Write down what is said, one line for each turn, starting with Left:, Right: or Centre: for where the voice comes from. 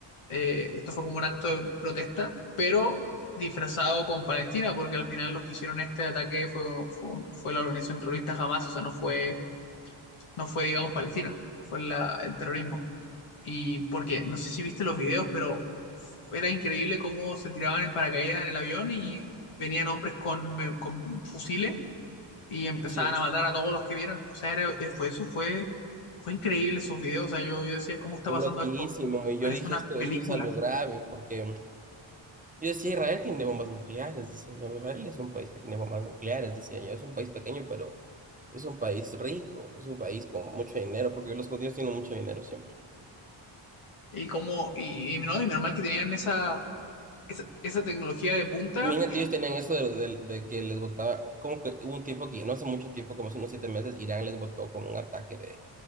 Left: Eh, esto fue como un acto de protesta, pero disfrazado con Palestina, porque al final los que hicieron este ataque fue, fue, fue la organización terrorista Hamas, o sea, no fue, no fue, digamos, Palestina, fue la- el terrorismo. Y porque, no sé si viste los videos, pero era increíble cómo se tiraban en paracaídas en el avión y venían hombres con, con fusiles y empezaban
Right: Sí,
Left: a matar a todos los que vieron. O sea, era- fue eso, fue, fue increíble esos videos. O sea, yo, yo decía, ¿cómo está
Right: fue
Left: pasando
Right: loquísimo.
Left: esto?
Right: Y
Left: Parece
Right: yo dije,
Left: una
Right: esto,
Left: película.
Right: esto es algo grave porque yo decía, Israel tiene bombas nucleares, decía yo. Israel es un país que tiene bombas nucleares, decía yo. Es un país pequeño, pero es un país rico, es un país con mucho dinero, porque los judíos tienen mucho dinero siempre.
Left: Y como, y, y no, y menos mal que tenían esa, esa, esa tecnología de punta.
Right: Imagínate,
Left: Que no.
Right: ellos tenían eso de, de- de que les botaba, como que hubo un tiempo aquí, no hace mucho tiempo, como hace unos siete meses, Irán les botó como un ataque de